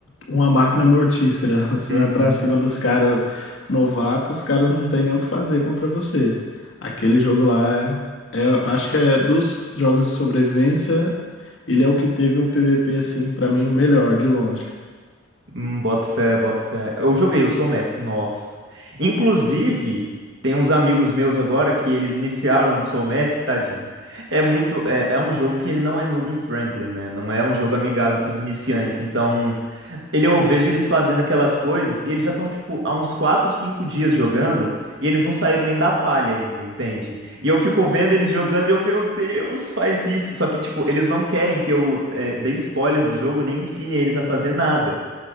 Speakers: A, on the left; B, on the right.
A: uma máquina mortífera. <laughs> Você
B: Uhum.
A: vai pra cima dos caras novatos, os caras não tem nem o que fazer contra você. Aquele jogo lá é, é- acho que é dos jogos de sobrevivência, ele é o que teve o PVP assim, pra mim o melhor de longe.
B: Hum, boto fé, boto fé. Eu joguei, eu sou o Mask, nossa. Inclusive, tem uns amigos meus agora que eles iniciaram no Soul Mask, tadinhos. É muito, é, é um jogo que ele não é noob friendly, né? Não é um jogo amigável para os iniciantes. Então, Ele, eu vejo eles fazendo aquelas coisas e eles já estão, tipo, há uns 4, 5 dias jogando e eles não saíram nem da palha ainda, entende? E eu fico vendo eles jogando e eu, meu Deus, faz isso. Só que, tipo, eles não querem que eu eh, dê spoiler do jogo nem ensine eles a fazer nada.